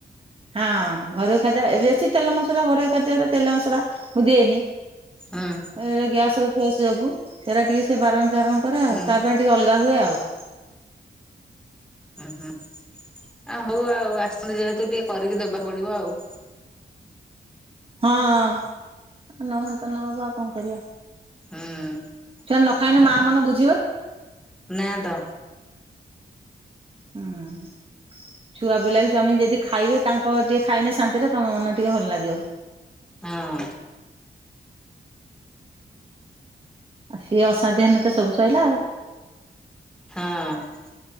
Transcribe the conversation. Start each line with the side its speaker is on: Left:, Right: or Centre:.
Right: ହଁ ଘରୋଇ ଖାଦ୍ୟ ବେଶୀ ତେଲ ମସଲା ଘରୋଇ ଖାଦ୍ୟରେ ତେଲ ମସଲା ମୁଁ ଦିଏନି।
Centre: ହଁ।
Right: ଏ ଗ୍ୟାସ୍ ଫ୳୲ସ ଯୋଗୁ ସେଇରା ଟିକେ ସେ ବାରଣ ଚାରଣ କରେ ଆଉ
Centre: ହୁଁ
Right: ତା ପାଇଁ ଟିକେ ଅଲଗା ହୁଏ ଆଉ।
Centre: ହୁଁ ହୁଁ ଆ ହଉ ଆଉ ଆସିଚନ୍ତି ଯେହେତୁ ଟିକେ କରିକି ଦେବାକୁ ପଡିବ ଆଉ।
Right: ହଁ ନହନ୍ତା ନହବ ଆଉ କଣ କରିବା।
Centre: ହୁଁ।
Right: ନ ଖାଇନେ ମା ମନ ବୁ
Centre: ନା ତ।
Right: ହୁଁ ଛୁଆ ପିଲା ବି ଛୁଆମାନେ ଯଦି ଖାଇବେ ତାଙ୍କ ଟିକେ ଖାଇନେ ଶାନ୍ତିରେ ତମ ମନ ଟିକେ ଭଲ ଲାଗିବ।
Centre: ହଁ।
Right: ଆଉ ସିଏ ଅଶାନ୍ତି ହେନେ ତ ସବୁ ସଇଲା ଆଉ।
Centre: ହଁ।